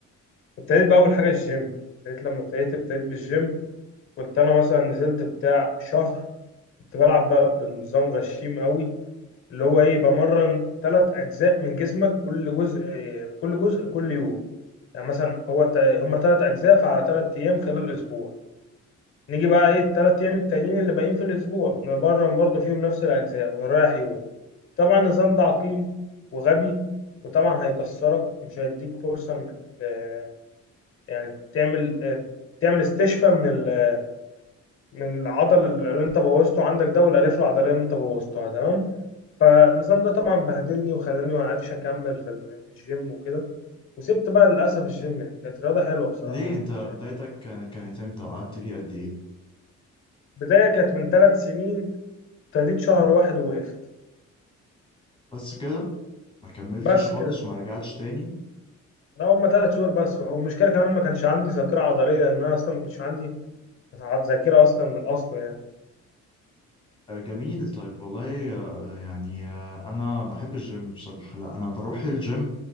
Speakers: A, on the left; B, on the left.
A: ابتديت بأول حاجة الجيم ابتديت لما ابتديت ابتديت بالجيم كنت أنا مثلا نزلت بتاع شهر كنت بلعب بقى بنظام غشيم قوي اللي هو إيه بمرن تلات أجزاء من جسمك كل جزء كل جزء كل يوم يعني مثلا هو تا- هما تلات أجزاء فعلى تلات أيام خلال أسبوع نيجي بقى إيه التلات أيام التانيين اللي باقيين في الأسبوع نمرن برضه فيهم نفس الأجزاء ونريح يوم طبعا النظام ده عقيم وغبي وطبعا هيكسرك ومش هيديك فرصة انك آه، يعني تعمل آه، تعمل استشفاء من ال- من العضل اللي انت بوظته عندك ده والالياف العضلية اللي انت بوظتها تمام فالنظام ده طبعا بهدلني وخلاني ما عرفش اكمل في ال- في الجيم وكده وسبت بقى للأسف الجيم يعني كانت رياضة حلوة بصراحة
B: ليه
A: بالنسبة
B: أنت بدايتك
A: لي
B: كان- كانت إمتى وقعدت فيه قد إيه؟
A: بداية كانت من ثلاث سنين ابتديت شهر واحد ووقفت
B: بس كده ما كملتش
A: بس
B: خالص
A: كده
B: وما رجعتش تاني
A: ده هما ثلاث شهور بس والمشكلة كمان ما كانش عندي ذاكرة عضلية لأن أنا أصلا ما كنتش عندي تعب ذاكرة أصلا من أصله يعني
B: آه، جميل طيب والله آه، يعني آه، أنا بحب الجيم بصراحة لا أنا بروح الجيم